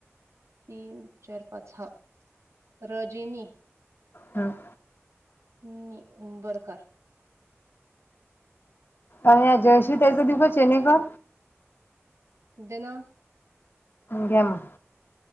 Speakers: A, on the right; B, on the left.
A: तीन चार पाच हा रजिनी
B: हम
A: हम्म बरं कर
B: आणि जयश्री ताईचा देऊ काय? चेनईकर
A: जनं
B: घ्या मग